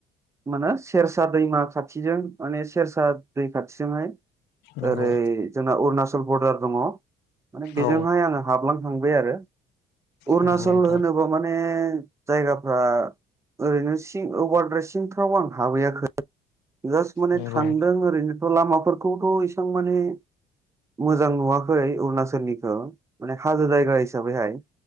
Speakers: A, on the right (about 15°); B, on the left (about 85°).
A: माने सेरसा दैमा खाथिजों माने सेरसा दै खाथिजोंहाय
B: नंगौ
A: ओरै जोंना अरुणचल बरदार दङ माने बेजोंहाय
B: औ
A: आङो हाबलां खांबाय आरो अरुणचल
B: नंगौ नोंथां
A: होनोबा माने जायगाफ्रा ओरैनो सिं अभारद्राय सिंफ्राव आं हाबहैयाखै जास्ट माने
B: नंगौ
A: थांदों ओरैनोथ' लामाफोरखौथ' इसबां माने मोजां नुवाखै अरुणाचलनिखौ माने हाजो जायगा हिसाबैहाय